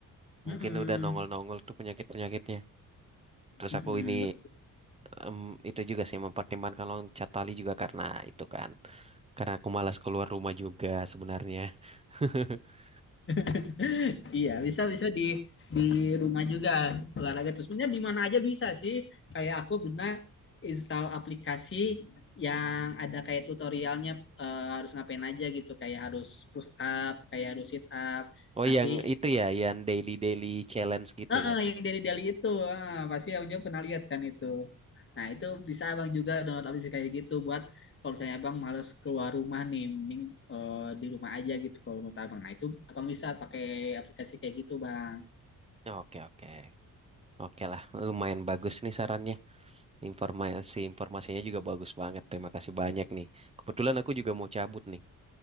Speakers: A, on the left (about 35°); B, on the right (about 20°).
A: Mm-mm,
B: Mungkin udah nongol-nongol tuh penyakit-penyakitnya. Terus
A: mm-mm,
B: aku ini
A: bet-
B: Em, itu juga sih mempertimbangkan loncat tali juga karena itu kan. Karena aku malas keluar rumah juga sebenarnya. <laughs>
A: <laughs> Iya, bisa bisa di di rumah juga olahraga terus. Sebenarnya di mana aja bisa sih. Kayak aku pernah install aplikasi yang ada kayak tutorialnya eh, harus ngapain aja gitu. Kayak harus push up, kayak harus sit up.
B: Oh
A: Nanti
B: yang itu ya, yang daily daily challenge gitu
A: Heeh,
B: ya.
A: yang dari Dali itu, ah, pasti abangnya pernah lihat kan itu. Nah itu bisa abang juga download aplikasi kayak gitu buat kalau misalnya abang males keluar rumah nih, mending eh, di rumah aja gitu kalau menurut abang. Nah itu abang bisa pakai aplikasi kayak gitu bang.
B: Oke oke. Oke lah, lumayan bagus nih sarannya. Informasi informasinya juga bagus banget. Terima kasih banyak nih. Kebetulan aku juga mau cabut nih.